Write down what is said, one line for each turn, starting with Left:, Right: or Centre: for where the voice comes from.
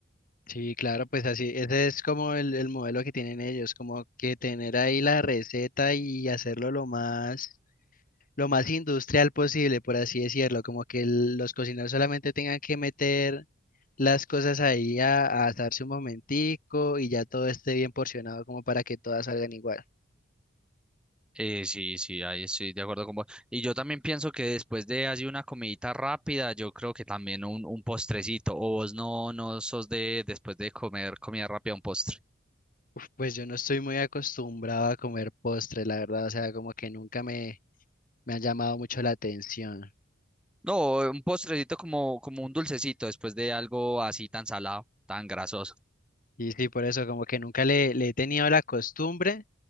Left: Sí, claro, pues así, ese es como el, el modelo que tienen ellos, como que tener ahí la receta y hacerlo lo más, lo más industrial posible, por así decirlo, como que el- los cocineros solamente tengan que meter las cosas ahí a, a asarse un momentico y ya todo esté bien porcionado como para que todas salgan igual.
Centre: Eh, sí, sí, ahí estoy de acuerdo con vos. Y yo también pienso que después de así una comidita rápida, yo creo que también un, un postrecito. O vos no, no sos de después de comer comida rápida un postre.
Left: Uf, pues yo no estoy muy acostumbrado a comer postres, la verdad, o sea, como que nunca me, me han llamado mucho la atención.
Centre: No, un postrecito como, como un dulcecito después de algo así tan salado, tan grasoso.
Left: Y sí, por eso como que nunca le, le he tenido la costumbre.